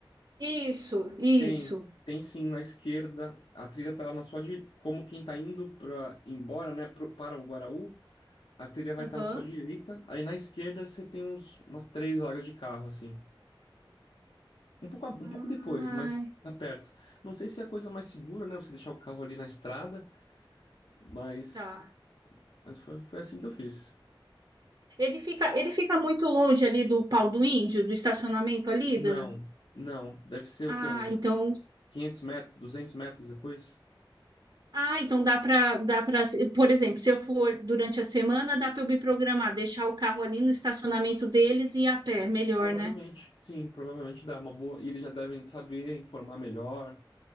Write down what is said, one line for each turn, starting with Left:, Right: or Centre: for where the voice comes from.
Right: Isso, isso.
Left: Tem, tem sim na esquerda. A trilha tá na sua direita. Como quem tá indo para embora, né, pro- para o Guaraú, a trilha vai
Right: Aham.
Left: estar na sua direita. Aí na esquerda você tem uns, umas três vagas de carro, assim. Um pouco, a- um
Right: Ah,
Left: pouco depois, mas tá perto. Não sei se é a coisa mais segura, né, você deixar o carro ali na estrada, mas,
Right: tá.
Left: mas foi, foi assim que eu fiz.
Right: Ele fica, ele fica muito longe ali do pau do índio, do estacionamento ali,
Left: Não,
Right: da...
Left: não. Deve ser
Right: Ah,
Left: o quê? Uns
Right: então.
Left: 500 metros, 200 metros depois?
Right: Ah, então dá para, dá para, por exemplo, se eu for durante a semana, dá para eu me programar, deixar o carro ali no estacionamento deles e ir a pé, melhor,
Left: Provavelmente,
Right: né?
Left: sim, provavelmente dá uma boa. E eles já devem saber informar melhor,